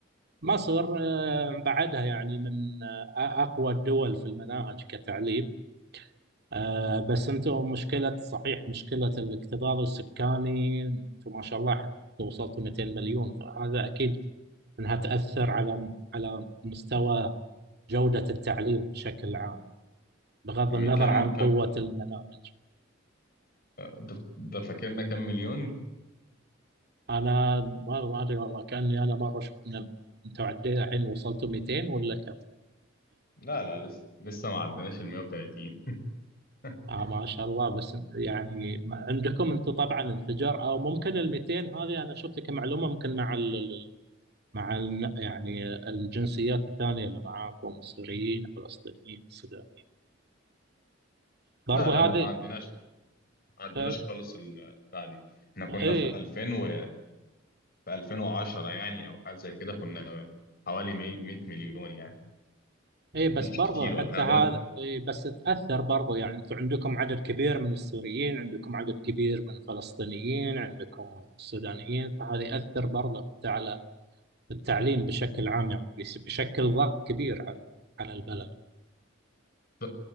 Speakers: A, on the right (about 55°); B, on the left (about 50°).
A: مصر آه، بعدها يعني من آه، اقوى الدول في المناهج كتعليم آه، بس انتم مشكلة صحيح مشكلة الاكتظاظ السكاني انتم ما شاء الله حن- وصلتوا 200 مليون فهذا اكيد انها تأثر على على مستوى جودة التعليم بشكل عام بغض
B: م-
A: النظر
B: كم
A: عن قوة
B: كم
A: المناهج
B: آه، ده ده فاكرنا كم مليون؟
A: انا ما ما ادري والله كاني انا مره شفت إن انتوا عندنا الحين وصلتوا 200 ولا كم
B: لا لا لسه لسه ما عدناش ال 130 <laughs>
A: آه ما شاء الله بس يعني ما- عندكم انتم طبعا انفجار او ممكن ال 200 هذه انا شفتها كمعلومه ممكن مع ال ال- مع ال يعني الجنسيات الثانيه اللي معاكم السوريين الفلسطينيين السودانيين برضو
B: لا لا
A: هذه
B: لا ما عدناش ما عدناش
A: آه،
B: خالص البتاع دي احنا كنا
A: اي
B: في 2000 و في 2010 يعني او حاجه زي كده كنا حوالي 100 مليون يعني
A: اي بس
B: مش
A: برضو
B: كتير
A: حتى
B: ولا حاجه انا
A: هذا
B: بقول لك
A: اي بس تأثر برضو يعني انتم عندكم عدد كبير من السوريين عندكم عدد كبير من الفلسطينيين عندكم السودانيين فهذا يأثر برضو حتى على التعليم بشكل عام يعني بيس- بشكل ضغط كبير على على البلد
B: ف-